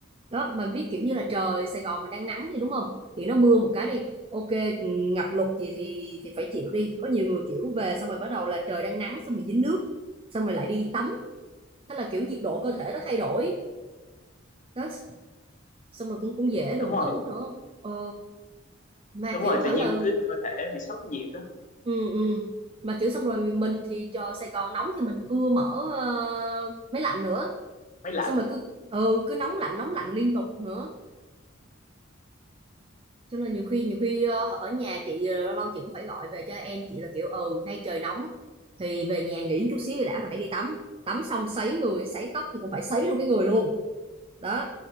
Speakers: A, on the right; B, on the left.
A: đó mà biết kiểu như là trời Sài Gòn mình đang nắng đi đúng không thì nó mưa một cái đi ok ừ, ngập lụt gì thì thì phải chịu đi có nhiều người kiểu về xong rồi bắt đầu là trời đang nắng xong rồi dính nước xong rồi lại đi tắm thế là kiểu nhiệt độ cơ thể nó thay đổi đó xong rồi cũng cũng dễ đột
B: đúng rồi
A: tử nữa ờ mà
B: đúng
A: kiểu
B: rồi
A: hả
B: tự nhiên
A: là
B: cứ cơ thể bị sốc nhiệt á
A: ừ ừ mà kiểu xong rồi mình thì trời Sài Gòn nóng thì mình ưa mở ờ, máy lạnh nữa
B: máy lạnh
A: xong rồi cứ ừ cứ nóng lạnh nóng lạnh liên tục nữa cho nên nhiều khi nhiều khi ờ, ở nhà chị ờ, lâu lâu chị cũng phải gọi về cho em chị là kiểu ừ nay trời nóng thì về nhà nghỉ chút xíu thì đã rồi hãy đi tắm tắm xong sấy người sấy tóc thì cũng phải sấy luôn cái người luôn đó